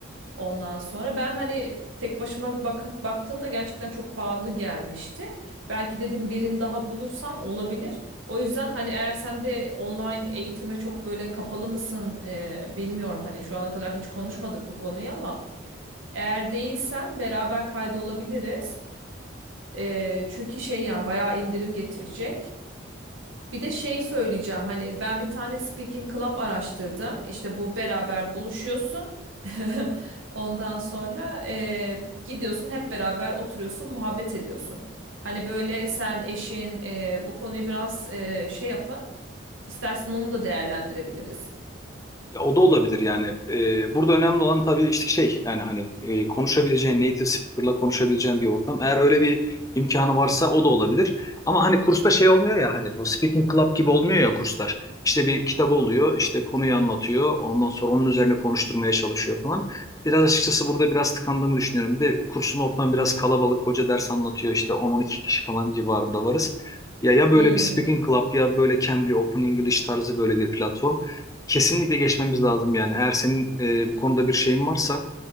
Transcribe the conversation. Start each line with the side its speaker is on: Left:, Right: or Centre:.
Right: Ondan sonra ben hani tek başıma bak baktığımda gerçekten çok pahalı gelmişti. Belki dedim birini daha bulursam olabilir. O yüzden hani eğer sen de online eğitime çok böyle kapalı mısın e, bilmiyorum. Hani şu ana kadar hiç konuşmadık bu konuyu ama eğer değilsen beraber kaydolabiliriz. E, çünkü şey yani bayağı indirim getirecek. Bir de şey söyleyeceğim hani ben bir tane speaking club araştırdım. İşte bu beraber buluşuyorsun. <laughs> Ondan sonra eee, gidiyorsun hep beraber oturuyorsun muhabbet ediyorsun. Hani böyle sen eşin eee, bu konuyu biraz eee, şey yapın. İstersen onu da değerlendirebiliriz.
Left: Ya o da olabilir yani. Ee, burada önemli olan tabii işte şey yani hani e, konuşabileceğin native speaker'la konuşabileceğin bir ortam. Eğer öyle bir imkanı varsa o da olabilir. Ama hani kursta şey olmuyor ya hani bu speaking club gibi olmuyor ya kurslar. İşte bir kitap oluyor işte konuyu anlatıyor ondan sonra onun üzerine konuşturmaya çalışıyor falan. Biraz açıkçası burada biraz tıkandığımı düşünüyorum. Bir de kursun ortamı biraz kalabalık. Hoca ders anlatıyor işte 10-12 kişi falan civarında varız. Ya ya böyle
Right: Hmm.
Left: bir speaking club ya böyle Cambly Open English tarzı böyle bir platform. Kesinlikle geçmemiz lazım yani. Eğer senin e, bu konuda bir şeyin varsa,